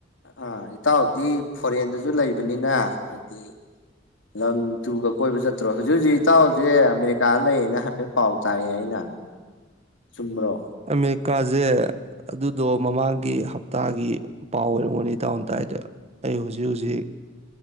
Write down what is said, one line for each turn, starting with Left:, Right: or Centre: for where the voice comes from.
Left: ꯑꯥ ꯏꯇꯥꯎꯗꯤ ꯐꯣꯔꯦꯟꯗꯁꯨ ꯂꯩꯕꯅꯤꯅ ꯍꯥꯏꯗꯤ ꯂꯝ ꯇꯨꯒ ꯀꯣꯏꯕ ꯆꯠꯇ꯭ꯔꯣ ꯍꯧꯖꯤꯛ ꯍꯧꯖꯤꯛ ꯏꯇꯥꯎꯁꯦ ꯑꯃꯦꯔꯤꯀꯥ ꯂꯩꯌꯦꯅ ꯍꯥꯏꯐꯦꯠ ꯄꯥꯎ ꯇꯥꯏꯌꯦ ꯑꯩꯅ ꯆꯨꯝꯕ꯭ꯔꯣ
Right: ꯑꯃꯦꯔꯤꯀꯥꯁꯦ ꯑꯗꯨꯗꯣ ꯃꯃꯥꯡꯒꯤ ꯍꯞꯇꯥꯒꯤ ꯄꯥꯎ ꯑꯣꯏꯔꯝꯒꯅꯤ ꯏꯇꯥꯎꯅ ꯇꯥꯏꯗꯣ ꯑꯩ ꯍꯧꯖꯤꯛ ꯍꯧꯖꯤꯛ